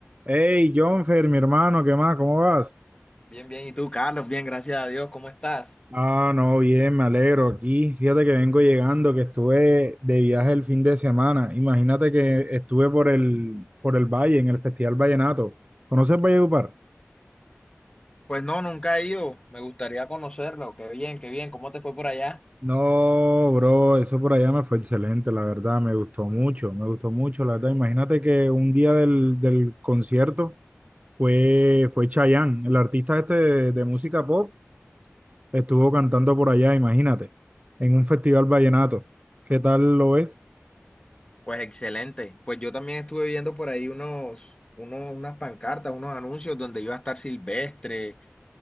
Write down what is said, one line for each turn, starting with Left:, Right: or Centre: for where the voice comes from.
Right: Hey, Jonfer, mi hermano, ¿qué más? ¿Cómo vas?
Left: Bien, bien. ¿Y tú, Carlos? Bien, gracias a Dios. ¿Cómo estás?
Right: Ah, no, bien, me alegro aquí. Fíjate que vengo llegando, que estuve de viaje el fin de semana. Imagínate que estuve por el, por el Valle, en el Festival Vallenato. ¿Conoces Valledupar?
Left: Pues no, nunca he ido. Me gustaría conocerlo. Qué bien, qué bien. ¿Cómo te fue por allá?
Right: No, bro, eso por allá me fue excelente, la verdad, me gustó mucho, me gustó mucho, la verdad. Imagínate que un día del, del concierto fue, fue Chayanne, el artista este de, de música pop, Estuvo cantando por allá, imagínate, en un festival vallenato. ¿Qué tal lo ves?
Left: Pues excelente. Pues yo también estuve viendo por ahí unos, unos, unas pancartas, unos anuncios donde iba a estar Silvestre.